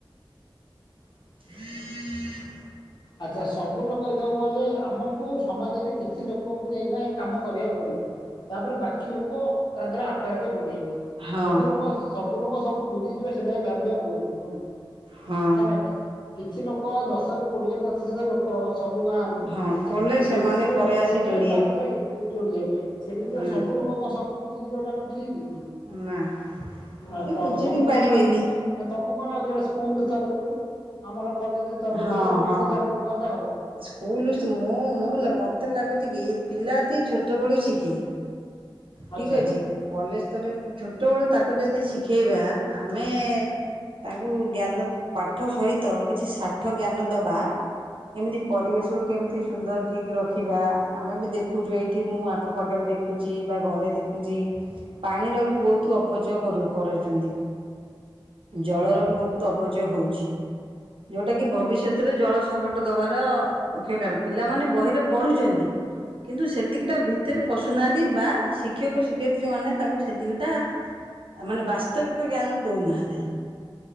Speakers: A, on the right; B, on the left.
A: <inaudible>
B: ଆଚ୍ଛା ସବୁ ଲୋକ ଯୋଉ କହିଲେ ଆମକୁ ସମାଜରେ କିଛି ଲୋକଙ୍କୁ ନେଇକି ଏ କାମ କରିବାକୁ ପଡିବ ତାପରେ ବାକି ଲୋକ ତା ଦେହରେ ଆପେ ଆପେ ଯୋଡ଼ି ହେବେ
A: ହଁ
B: ସବୁ ଲୋକ ସ ସବୁ ଲୋକ ସବୁ ବୁଝ ଯିବେ ସେଇଟା ବି ଭାବିବା ଭୁଲ ଭୁଲ।
A: ହଁ।
B: ହେଲା କି? କିଛି ଲୋକ ଦଶ ରୁ କୋଡ଼ିଏ ପ୍ରତିଶତ ଲୋକ୍ ଲୋକ ସବୁ ଗାଁରୁ
A: ହଁ କଲେ ସେମାନେ
B: ଏ ବିଷୟରେ
A: ପରେ
B: ଏ
A: ଆସି
B: କଲେ
A: ଯୋଡି
B: ତାପରେ
A: ହେବେ
B: ଯୋଡି ହେବେ ସେମିତି
A: ହୁଁ
B: ସବୁ ଲୋକ କଣ ସବୁ ବୁଝିଯିବାଟା କଣ ଠିକ କି?
A: ନା।
B: ନା
A: ସେ
B: ତ
A: ବୁଝି
B: ତମକୁ
A: ବି ପାରିବେନି
B: କଣ ଲାଗୁଛି ତମକୁ କଣ ଲାଗୁଛି ଏଇଟା ସ୍କୁଲ ସ୍ତରରୁ ଆମର କଲେଜ ସ୍ତରରୁ
A: ହଁ ହଁ
B: କେମିତି ଆକୁ କଲେ ହବ
A: ସ୍କୁଲ ମୁଁ ମୁଁ <unintelligible> ହେଲା ମତେ ଲାଗୁଚି କି ପିଲାଟି ଛୋଟ ବେଳୁ ଶିଖେ। ଠିକ
B: ଆଚ୍ଛା
A: ଅଛି କଲେଜ ତାର ଛୋ ଟ ବେଳୁ ତାକୁ ଯଦି ଶିଖେଇବା ଆମେ ତାଙ୍କୁ ଜ୍ଞାନ ପାଠ ସହିତ କିଛି ସା ଠ ଜ୍ଞାନ ଦବା ଏମିତି ପରିବେଶକୁ କେମିତି ସୁନ୍ଦର ଠିକ ରଖିବା ଆମେ ବି ଦେଖୁଛୁ ଏଇଠି ମୁଁ ଆଖପାଖରେ ଦେଖୁଛି ବା ଘରେ ଦେଖୁଛି ପାଣିର ବି ବହୁତ ଅପଚୟ କର କରଉଚନ୍ତି ଜଳର ବି ବହୁତ ଅପଚୟ ହଉଛି। ଯୋଉଟା କି ଭବିଷ୍ୟତରେ ଜଳ ସଙ୍କଟ ଦବାର ମୁଖ୍ୟ କାରଣ ପିଲାମାନେ ବହିରେ ପଢୁଛନ୍ତି। କିନ୍ତୁ ସେତିକିଟା ଭିତରେ ପଶୁନାହାନ୍ତି ବା ଶିକ୍ଷକ ଶିକ୍ଷୟତ୍ରୀ ମାନେ ତାଙ୍କୁ ସେତିକିଟା ମାନେ ବାସ୍ତବିକ ଜ୍ଞାନ ଦଉନାହାନ୍ତି।